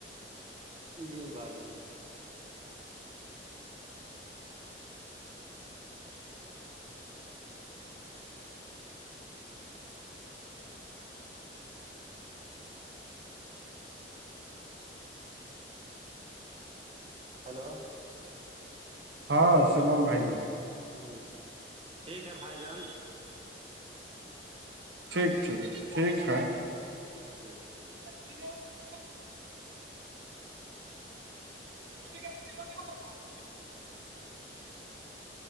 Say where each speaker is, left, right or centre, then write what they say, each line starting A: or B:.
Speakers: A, on the right; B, on the right.
A: جی بھائی جان ہلو
B: ہاں سلام بائی جی
A: ہوں ٹھیک ہے بھائی جان
B: ٹھیک ٹھیک ٹھیک ہے
A: ٹھیک ٹھیک
B: کچ گ <unintelligible> کہ چھوٹی ہوہچان <unintelligible>